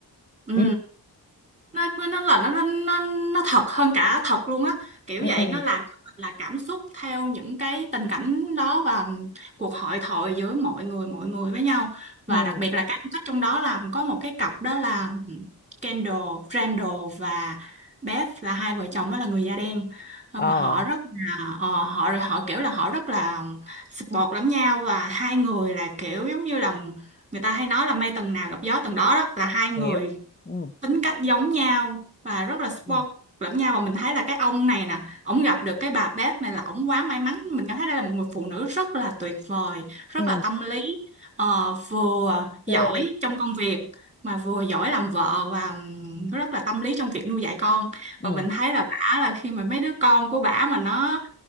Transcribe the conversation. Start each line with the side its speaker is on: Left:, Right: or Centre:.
Right: ừ
Left: ừ
Right: nó nó là nó nó nó nó thật hơn cả thật luôn á kiểu
Left: ừ
Right: vậy
Left: ừ
Right: nó làm cho mình là cảm xúc theo những cái tình cảnh đó và cuộc hội thoại giữa mọi người mọi người với nhau và
Left: ừ
Right: đặc biệt là các khách trong đó là có một cái cặp đó là Kendall Randall và Beth là hai vợ chồng đó là người da đen nhưng
Left: ờ
Right: mà họ rất là ờ, họ họ kiểu là họ rất là support lẫn nhau và hai người là kiểu giống như là người ta hay nói là mây tầng nào gặp gió tầng đó đó là hai người
Left: hiểu ừ
Right: tính cách giống nhau và rất là support
Left: ừ
Right: lẫn nhau và mình thấy là cái ông này nè ổng gặp được cái bà bếp này là ổng quá may mắn mình cảm thấy đây là một người phụ nữ rất là tuyệt vời rất
Left: ừ
Right: là tâm lý ờ, vừa
Left: ok
Right: giỏi trong công việc mà vừa giỏi làm vợ và ừm, rất là tâm lý trong việc nuôi dạy con và
Left: ừ
Right: mình thấy là bả là khi mà mấy đứa con của bả mà nó